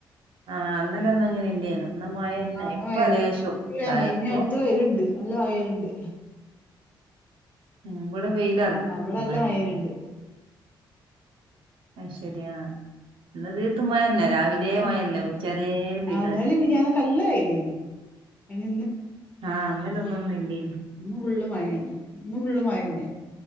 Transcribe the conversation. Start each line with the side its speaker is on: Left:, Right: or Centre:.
Right: ആ അന്നലൊന്നും അങ്ങനെ ഇല്ലേന്നു ഇന്ന മയന്നെ
Left: ആഹ്
Right: ഇപ്പ
Left: ഇന്ന്
Right: ലേശോ
Left: മഴന്നെ ഇനി ഒരു
Right: ഇതായ
Left: അമർച്ച-
Right: ഇപ്പൊ
Left: ഇനി അടുത്ത വര്ണ്ട് നല്ല വയലലുണ്ട്
Right: ഉ ഇവിടെ വെയിലെറക്കി
Left: ആഹ് ഇവിടെ
Right: എന്നാലേ
Left: നല്ല മഴ വര്ണ്ട്
Right: ആ ശരി ആ ഇന്നു തീർത്ത മയ തന്നെ രാവിലേ
Left: ആഹ്
Right: മയല്ലേ ഉച്ചരേ പെയ്ത
Left: ആഹ് ഇന്നലിം
Right: തന്നെ
Left: മിനിയാന്നൊക്കെ നല്ല വെയിലേനി അയിന്
Right: ആ അന്നേല ഒന്നൊന്നും ഇല്ല
Left: ഇന്നു ഫുള്ളു മഴയാണ് ഇന്ന് ഫുള്ളൂ മയയന്നെ